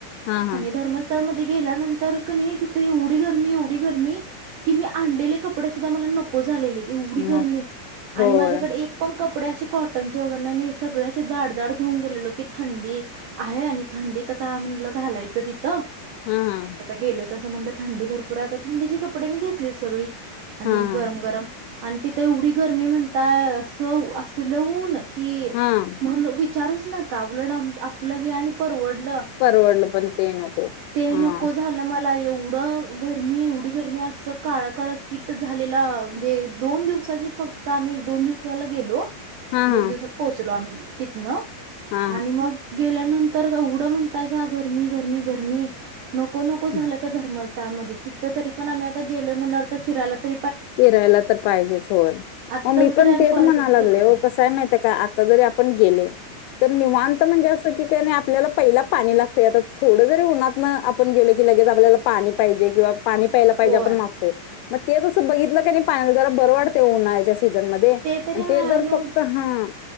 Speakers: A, on the left; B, on the right.
A: हा हा.
B: आणि धर्मस्थळमध्ये गेल्यानंतर तर कनी तिथे एवढी गरमी एवढी गरमी की मी आणलेले कपडे सुद्धा मला नको झालेले. एवढी
A: मग
B: गरमी
A: होय.
B: आणि माझ्याकडे एक पण कपडे अे कॉटन वगैरे नाही मी सगळे असे जाड जाड घेऊन गेलेलो की थंडी आहे आणि थंडीत आता म्हटलं घालायचं तिथ
A: हम्म हम.
B: गेलोय तस म्हटलं थंडी भरपूर आहेता थंडीचे कपडे मी घेतले सगळी. आणि
A: हा हा.
B: गरम गरम आणि तिथ एवढी गर्मी म्हणताय असं असल ऊन की
A: हा
B: विचारूच नका उलट आपलं हे आणि परवडल
A: परवडलं पण ते नको हा.
B: नको झालं मला एवढं गरमी एवढी गरमी असं काळ काळ कीट झालेला म्हणजे दोन दिवसाची फक्त आम्ही दोन दिवसाला गेलो.
A: हा
B: दोन
A: हा
B: दिवसात पोहोचलो आम्ही तिथन
A: हा
B: आणि मग गेल्या नंतर एवढं म्हणतायसा गरमी, गरमी, गरमी नको नको झालं
A: हा.
B: त्या धर्मस. त्यामदी तिथं तरी पण आम्ही आता गेलोय म्हटल्यावर तर फिरायला तर
A: फिरायला तर पाहिजेच, होय
B: आता
A: म
B: तसं
A: मी पण
B: तरी आम्ही
A: तेच
B: परत
A: म्हणाय
B: येऊ
A: लागले
B: शकत
A: हो
B: नाही
A: कसय माहितय काय आता जरी आपण गेले तर निवांत म्हणजे असं की नाही आपल्याला पहिला पाणी लाग तरी आता थोडं जरी उन्हात ना आपण गेलो की लगेच आपल्याला पाणी पाहिजे किंवा पाणी प्यायला पाहिजे
B: होय
A: आपण मागतय म तेजस बघितलं क नाही पान जरा बर वाटतेय उन्हाळ्याच्या सीझन मध्ये, आणि
B: तरी
A: ते
B: हा
A: जर
B: नेऊन
A: फक्त हां